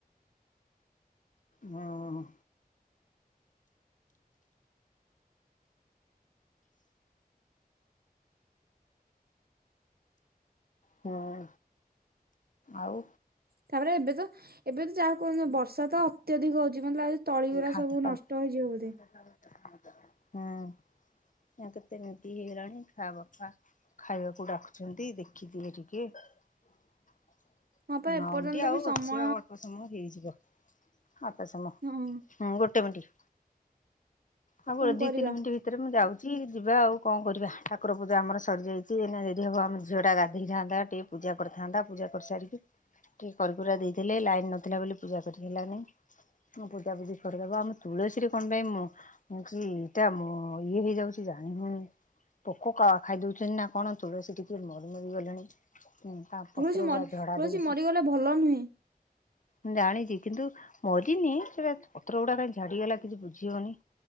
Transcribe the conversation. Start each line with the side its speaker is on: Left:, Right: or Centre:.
Left: ହଁ। ହଁ। ଆଉ
Right: ତାପରେ ଏବେ ତ ଏବେ ତ ଯାହା କୁହନ୍ତୁ ବର୍ଷା ତ ଅତ୍ୟଧିକ ହଉଛି ମତେ ଲାଗୁଚ ତଳିଗୁରା
Left: ଖାତ
Right: ସବୁ
Left: ଖାଉ
Right: ନଷ୍ଟ ହେଇଯିବ ବୋଧେ।
Left: <inaudible> ହଁ। ଆ କେତେ ମିନଟ୍ ହେଇଗଲାଣି ରଖାହବ? ଖାଇବାକୁ ଡାକୁଛନ୍ତି ଦେଖିଦିଏ ଟିକେ ନଅ
Right: ହଁ ପା ଏପର୍ଯ୍ୟନ୍ତ
Left: ମିନିଟ୍ ଆଉ
Right: ବି ସମୟ
Left: ଅଛି ଆଉ ଅଳ୍ପ ସମୟ ହେଇଯିବ। ଆଉ ଅଳ୍ପ ସମୟ
Right: ହଁ
Left: ହୁଁ ଗୋଟେ ମିଣ୍ଟ। ହଉ
Right: କଣ
Left: ଦି
Right: କରିବା
Left: ତିନିିମିଣ୍ଟ ଭିତରେ ମୁଁ ଯାଉ ଚି ଯିବା ଆଉ କଣ କରିବା ଠାକୁର ପୂଜା ଆମର ସରିଯାଇଛି ଏନା ଯଦି ହେବ ଆମର ଝିଅଟା ଗାଧୋଇଯାନ୍ତା ଟିକେ ପୂଜା କରିଥାନ୍ତା ପୂଜା କରିସାରିକି ଟିକେ କରିକୁରା ଦେଇଥିଲେ ଲାଇନ ନଥିଲା ବୋଲି ପୂଜା କରିହେଲାନି। ହଁ ପୂଜାପୂଜି କରିଦେବ ଆମ ତୁଳସୀରେ କଣ ପାଇଁ ମ ହୋଉଛି ଏଇଟା ମ ଇଏ ହେଇଯାଉଛି ଚି ଜନିହୋଉନି। ପୋକ କା ଖାଇ ଦଉଛନ୍ତି ନା କଣ ତୁଳସୀ ଟିକେ ମରି ମରି ଗଲେଣି। ତା ପତ୍ର
Right: ତୁଳସୀ ମ
Left: ଗୁଡା
Right: ତୁଳସୀ
Left: ଝଡା ଦେଇଛି।
Right: ମରିଗଲେ ଭଲ ନୁହେଁ।
Left: ମୁ ଜାଣିଛି କିନ୍ତୁ ମରିନି ସେଟା ପତ୍ର ଗୁଡା କାହିଁ ଝଡ଼ିଗଲା କିଛି ବୁଝି ହଉନି।